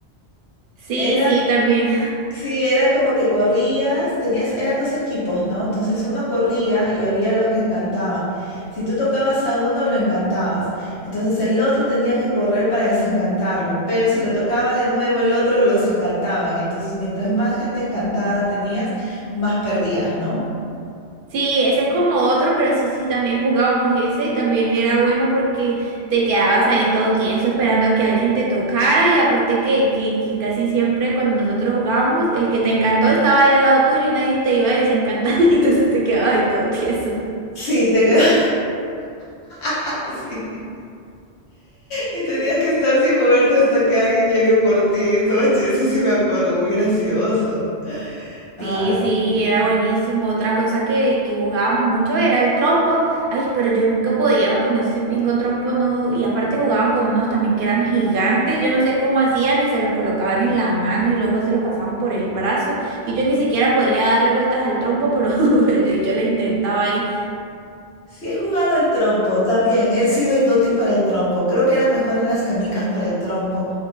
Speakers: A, on the right (about 60°); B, on the left (about 80°).
A: Sí,
B: Era
A: sí, también.
B: Sí, era como que corrías, tenías, eran dos equipos, ¿no? Entonces uno corría y había los que encantaban. Si tú tocabas a uno, lo encantabas. Entonces el otro tenía que correr para desencantarlo. Pero si lo tocaba de nuevo, el otro los encantaban. Entonces mientras más gente encantada tenías, más perdías, ¿no?
A: Sí, ese es como otro, pero sí, sí, también jugábamos ese y también era bueno porque te quedabas ahí todo tieso esperando que alguien te tocara y aparte que, que, que casi siempre cuando nosotros jugábamos, el que te encantó estaba ahí al lado tuyo y nadie te iba a desencantar <laughs> y entonces te quedabas ahí todo tieso.
B: Sí, te quedabas <laughs> así. Y tenías que estar sin moverte hasta que alguien llegue por ti. Eso eso sí me acuerdo, muy gracioso. Ay,
A: Sí, sí,
B: sí.
A: era buenísimo. Otra cosa que, que jugábamos mucho era el trompo. Ay, pero yo nunca podía con ese pingo trompo, no. Y aparte jugaban con unos también que eran gigantes. Yo no sé cómo hacían y se los colocaban en la mano y luego se los pasaban por el brazo. Y yo ni siquiera podía darle vueltas al trompo, pero <laughs> yo, yo le intentaba ahí.
B: Sí he jugado el trompo, también he sido inútil para el trompo. Creo que era mejor en las canicas para el trompo.